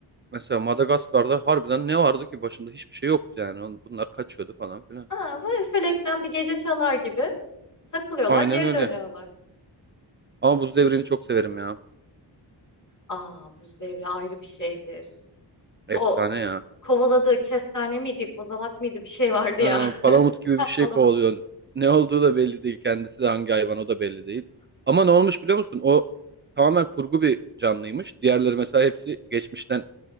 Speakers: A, on the right; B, on the left.
A: mesela Madagaskar'da harbiden ne vardı ki başında hiçbir şey yoktu yani. On- Bunlar kaçıyordu falan filan.
B: Aa, ve Felekten bir gece çalar gibi takılıyorlar
A: Aynen
B: geri
A: öyle.
B: dönüyorlar.
A: Ama Buz Devri'ni çok severim ya.
B: Aa Buz Devri ayrı bir şeydir.
A: Efsane
B: O
A: ya.
B: kovaladığı kestane miydi, kozalak mıydı bir şey vardı
A: Ha,
B: ya. <laughs>
A: palamut gibi
B: Ha,
A: bir şey
B: Palamut.
A: kovalıyor. Ne olduğu da belli değil. Kendisi de hangi hayvan o da belli değil. Ama ne olmuş biliyor musun? O tamamen kurgu bir canlıymış. Diğerleri mesela hepsi geçmişten